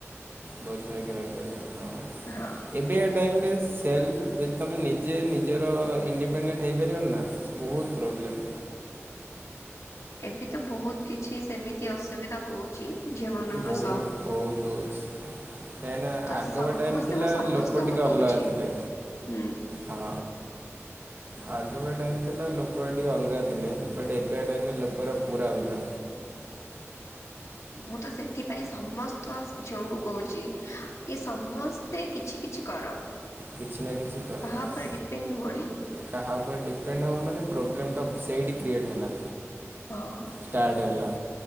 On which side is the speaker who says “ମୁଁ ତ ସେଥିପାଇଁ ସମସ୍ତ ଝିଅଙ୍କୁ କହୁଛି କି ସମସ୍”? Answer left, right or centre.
Left